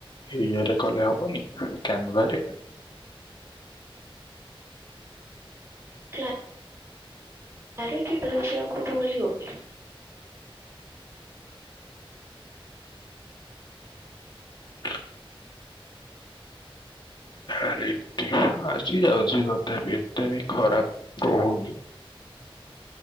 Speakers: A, on the left; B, on the right.
A: ଇଏରେ କଲେ ହବନି? କ୍ୟାମ ଗରେ
B: କ୍ଲା ଆରେ। <unintelligible>
A: ହ ଆରେ <unintelligible> ଆଉଛି ଯାଉଛି ଗୋଟେ ଏତେବି ଖରାପ କହୁନି।